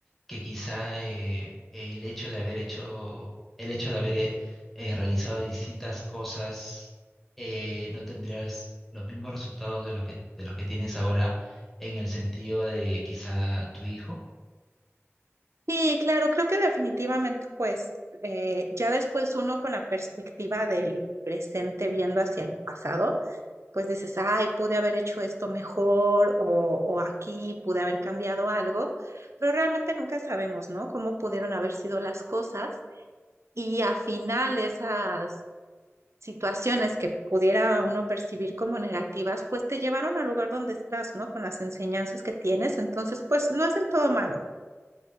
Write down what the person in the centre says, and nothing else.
que quizá eh, el hecho de haber hecho, el hecho de haber eh, eh, realizado distintas cosas, eh, no tendrías los mismos resultados de los que, de los que tienes ahora en el sentido de quizá tu hijo.